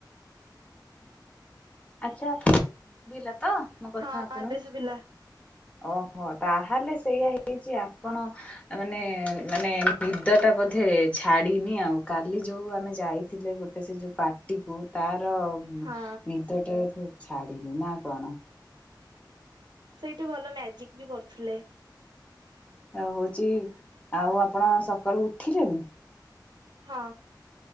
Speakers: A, on the left (about 15°); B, on the right (about 70°).
A: ଆଚ୍ଛା ବିଲାତ ମୋ କଥା
B: ହଁ
A: ଆପଣ।
B: ଏବେ ଶୁଭିଲା
A: ଓହୋ ତାହେଲେ ସେଇୟା ହେଇଛି ଆପଣ ମାନେ ମାନେ ନିଦ ଟା ବୋଧେ ଛାଡିନି ଆଉ କାଲି ଯୋଉ ଆମେ ଯାଇଥିଲେ ଗୋଟେ ସେ ଯୋଉ ପାର୍ଟିକୁ ତା। ଅ ବ୍
B: ହଁ
A: ନିଦ ଟା ବୋଧେ ଛାଡିିନି ନା କଣ।
B: ସେଇଠି ଭଲ ଲ୍ୟାଜିକ ବି କରୁ। ଥିଲେ।
A: ଆଉ ହଉଚି ଆଉ ଆପଣ ସକାଳୁ ଉଠିଲେଣି।
B: ହଁ।